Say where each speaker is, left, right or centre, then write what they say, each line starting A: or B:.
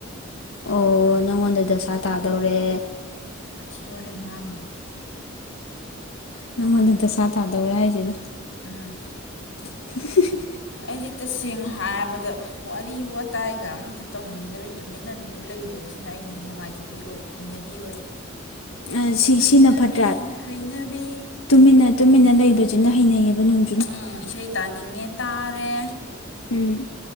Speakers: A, on the left; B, on the left.
A: ꯑꯣ ꯅꯪꯉꯣꯟꯗ ꯗꯁꯥ ꯇꯥꯗꯧꯔꯦ
B: ꯋꯥꯊꯤ ꯋꯥꯔꯦꯝ ꯉꯥꯡꯕꯒꯤ
A: ꯅꯪꯉꯣꯟꯗ ꯗꯁꯥ ꯇꯥꯗꯧꯔꯦ ꯍꯥꯏꯁꯤꯅꯤ
B: ꯎꯝ
A: <unintelligible>
B: ꯑꯩꯗꯤ ꯇꯁꯦꯡꯅ ꯍꯥꯏꯔꯕꯗ ꯋꯥꯔꯤ ꯋꯥꯇꯥꯏꯒ ꯑꯃꯇ ꯇꯧꯅꯤꯡꯗ꯭ꯔꯦ ꯇꯨꯃꯤꯟꯅ ꯑꯗꯨꯝ ꯄꯨꯡꯂꯩ ꯂꯩꯕꯁꯤꯅ ꯑꯩꯒꯤ ꯅꯨꯡꯉꯥꯏꯖꯕꯤ ꯑꯣꯏꯔꯦ ꯍꯩꯅꯕꯤ ꯑꯣꯏꯔꯦ
A: <inaudible> ꯁꯤ
B: ꯍꯩꯅꯕꯤ
A: ꯁꯤꯅ ꯐꯠꯇ꯭ꯔꯥ
B: ꯍꯩꯅꯕꯤ
A: ꯇꯨꯃꯤꯟꯅ ꯇꯨꯃꯤꯟꯅ ꯂꯩꯕꯁꯤꯅ ꯍꯩꯅꯩꯌꯦꯕ ꯅꯨꯡ
B: ꯎꯝ ꯏꯁꯩ ꯇꯥꯅꯤꯡꯉꯦ ꯇꯥꯔꯦ
A: ꯎꯝ